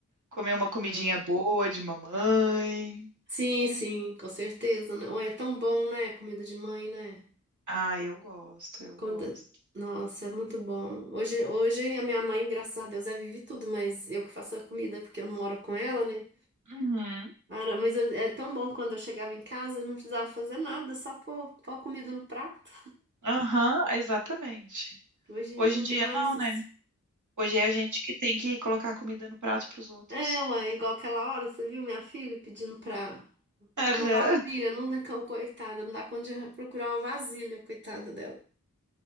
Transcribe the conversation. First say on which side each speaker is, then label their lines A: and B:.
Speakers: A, on the right; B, on the right.
A: Comer uma comidinha
B: Ah,
A: boa de mamãe.
B: Sim, sim, com certeza. né? Oi, é tão bom, né? Comida de mãe, né?
A: Ah, eu gosto, eu
B: Quando...
A: gosto.
B: Nossa, é muito bom. Hoje, hoje a minha mãe, graças a Deus, é vive tudo, mas eu que faço a comida, porque eu não moro com ela, né?
A: Uhum.
B: Cara, mas eu- é tão bom quando eu chegava em casa e não precisava fazer nada, só pôr, pôr a comida no prato.
A: Aham, exatamente.
B: Hoje
A: Hoje
B: não
A: em dia
B: tem mais
A: não,
B: isso.
A: né? Hoje é a gente que tem que colocar comida no prato para os outros.
B: É, mãe, igual aquela hora, você viu minha filha pedindo pra
A: Aham,
B: uma vasilha, não dá cão, coitada, não dá conta de procurar uma vasilha, coitada dela.